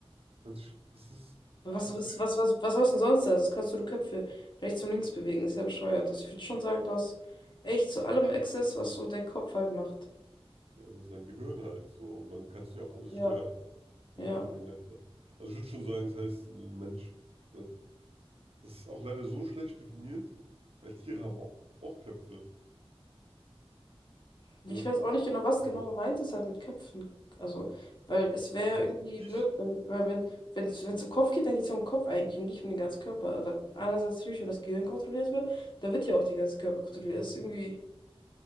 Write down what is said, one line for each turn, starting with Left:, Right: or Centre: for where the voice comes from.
Right: hört sich- ist es mit
Left: Was,
Right: Absicht?
Left: was, was, was, was soll's denn sonst da? Das kannst du die Köpfe rechts und links bewegen. Ist ja bescheuert. Also ich würde schon sagen, du hast echt zu allem Access, was so dein Kopf halt macht.
Right: Ja, das ist dein Gehirn halt so. Und dann kannst du ja auch alles
Left: Ja.
Right: steuern. Wie
Left: Ja.
Right: eine Marionette. Also ich würde schon sagen, das heißt so ein Mensch. Also, das ist auch leider so schlecht definiert, weil Tiere haben auch, auch Köpfe.
Left: Ich
Right: Ne?
Left: weiß auch nicht genau, was
Right: Also
Left: genau gemeint ist halt mit Köpfen. Also, weil es wäre
Right: ich,
Left: irgendwie
Right: ich,
Left: blöd, wenn, weil wenn, wenn es um Kopf geht, dann geht es ja um den Kopf eigentlich und nicht um den ganzen Körper. Aber einerseits natürlich, wenn das Gehirn kontrolliert wird, dann wird ja auch der ganze Körper kontrolliert. Das ist irgendwie